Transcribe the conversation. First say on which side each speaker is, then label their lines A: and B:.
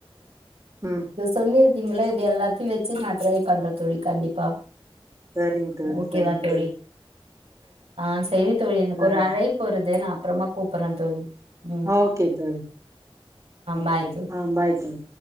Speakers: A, on the right; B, on the right.
A: ம்
B: சொல்லிருக்கீங்கள இது எல்லாத்தையு வச்சு நா ட்ரை பண்ற தோழி கண்டிப்பா
A: சரிங்க தோழி
B: ஓகேவா
A: சரிங்க
B: தோழி ஆ சரி தோழி எனக்கு
A: ஆ
B: ஒரு அழைப் பு வருது நா அப்றமா கூப்பிட்றே தோழி ம்
A: ஓகே தோழி ஆ <unintelligible>
B: பாய் தோழி
A: ஆ பாய் தோழி